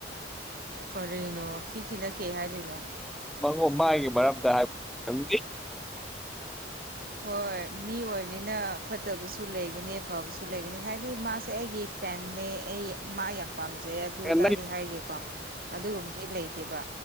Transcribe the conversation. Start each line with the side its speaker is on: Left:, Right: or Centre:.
Right: ꯀꯔꯤꯅꯣ ꯊꯤ ꯊꯤꯅ ꯀꯩ ꯍꯥꯏꯗꯣꯏꯅꯣ
Centre: ꯃꯉꯣꯟ ꯃꯥꯒꯤ ꯃꯔꯝꯗ ꯍꯥꯏꯕ ꯍꯥꯏꯕ
Right: ꯍꯣꯏ ꯃꯤ ꯑꯣꯏꯕꯅꯤꯅ ꯐꯠꯇꯕꯁꯨ ꯂꯩꯒꯅꯤ ꯐꯕꯁꯨ ꯂꯩꯒꯅꯤ ꯍꯥꯏꯗꯤ ꯃꯥꯁꯦ ꯑꯩꯒꯤ ꯐꯦꯟꯅꯦ ꯑꯩ ꯃꯥ ꯌꯥꯝ ꯄꯥꯝꯖꯩ ꯑꯗꯨꯗꯗꯤ
Centre: ꯑꯥ
Right: ꯍꯥꯏꯒꯦꯀꯣ ꯑꯗꯨꯒꯨꯝꯕꯗꯤ ꯂꯩꯇꯦꯕ